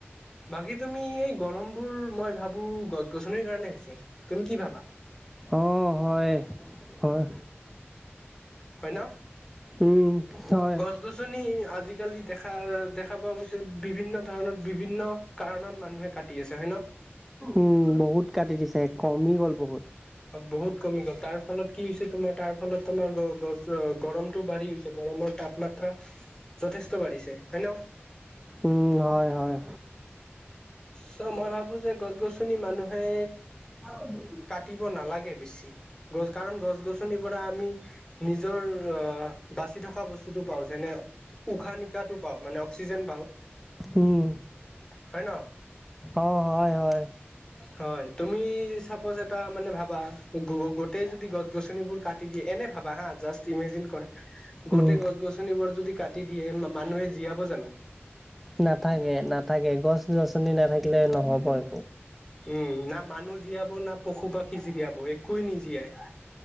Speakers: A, on the left (about 15°); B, in the centre.
A: বাকী তুমি এই গৰম বোৰ মই ভাবো গছ -গছনিৰ কাৰণে হৈছে। তুমি কি ভাবা?
B: অ', হয়, হয়।
A: হয় ন?
B: উম, হয়।
A: গছ -গছনি আজি আজিকালি দেখা দেখা পোৱা গৈছে বিভিন্ন ধৰণত বিভিন্ন কাৰণত মানুহে কাটি আছে হয় ন
B: উম বহুত কাটি দিছে কমি গ'ল বহুত।
A: বহুত কমি গ'ল তাৰ ফলত কি হৈছে তোমাৰ তাৰ ফলত তোমাৰ গ গছ গৰমতটো বাঢ়ি গছে গৰমত তাপমাত্ৰা যথেষ্ট বাঢ়িছে হয় ন?
B: উম, হয়, হয়,
A: চ মই ভাবো যে গছ গছনি মানুহে
B: <unintelligible>
A: কাটিব নালাগে বেছি গছ কাৰণ গছ গছনিৰ পৰা আমি নিজৰ অহ বাচি থকা বস্তুটো পাও যেনে। উশাহ -নিশাহটো পাওঁ মানে অক্সিজেন পাওঁ
B: উম,
A: হয় ন।
B: অ হয় হয়
A: হয় তুমি চাপজ এটা মানে ভাব বা গেতেই যদি গছ-গছনিবোৰ কাতি দিয়ে এনে ভাবা হা জাচ ইমেজিন কৰা
B: উম।
A: গছ -গছনিবোৰ যদি কাটি দিয়ে মানুহে জীয়াব জানো।
B: নাথাকে নাথাকে। গ -গছনি নাথাকিলে নহ'ব আৰু
A: উম না মানুহ জীয়াব না পশু -পাখী জীয়াব একোৱে নিজ জীয়াই